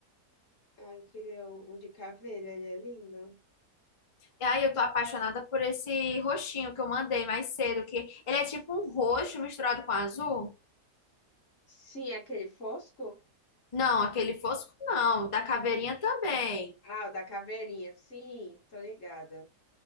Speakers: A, on the left (about 55°); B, on the left (about 30°).
A: Ah, eu queria o, o de caveira, ele é lindo.
B: E aí eu tô apaixonada por esse roxinho que eu mandei mais cedo, que ele é tipo um roxo misturado com azul.
A: Sim, aquele fosco?
B: Não, aquele fosco não, da caveirinha também.
A: Ah, o da caveirinha, sim, tô ligada.